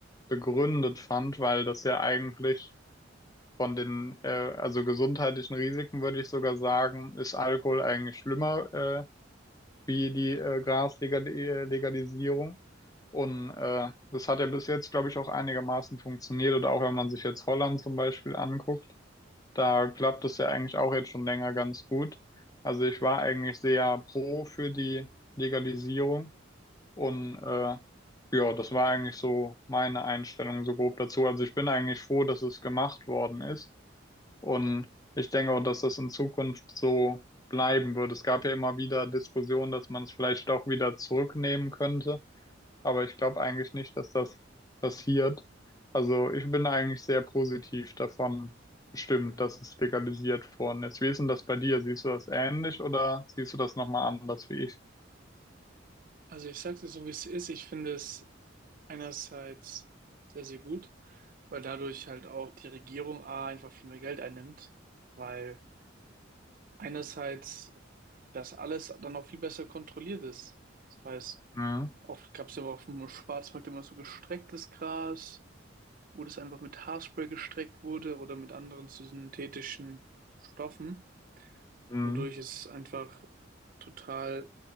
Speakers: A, on the left (about 20°); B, on the right (about 45°).
A: begründet fand, weil das ja eigentlich von den, äh, also gesundheitlichen Risiken würde ich sogar sagen, ist Alkohol eigentlich schlimmer, äh, wie die äh, Graslegalisierung. Und äh, das hat ja bis jetzt, glaube ich, auch einigermaßen funktioniert. Oder auch wenn man sich jetzt Holland zum Beispiel anguckt. Da klappt es ja eigentlich auch jetzt schon länger ganz gut. Also ich war eigentlich sehr pro für die Legalisierung und äh, ja, das war eigentlich so meine Einstellung so grob dazu. Also ich bin eigentlich froh, dass es gemacht worden ist und ich denke auch, dass das in Zukunft so bleiben wird. Es gab ja immer wieder Diskussionen, dass man es vielleicht auch wieder zurücknehmen könnte aber ich glaube eigentlich nicht, dass das passiert. Also ich bin eigentlich sehr positiv davon bestimmt, dass es legalisiert worden ist. Wie ist denn das bei dir? Siehst du das ähnlich oder siehst du das nochmal anders wie ich?
B: Also ich sage dir so, wie es ist. Ich finde es einerseits sehr, sehr gut, weil dadurch halt auch die Regierung A einfach viel mehr Geld einnimmt, weil einerseits das alles dann auch viel besser kontrolliert ist. Das heißt,
A: Mhm.
B: oft gab es ja auf dem Schwarzmarkt immer so gestrecktes Gras, wo das einfach mit Haarspray gestreckt wurde oder mit anderen synthetischen Stoffen,
A: Mhm.
B: wodurch es einfach total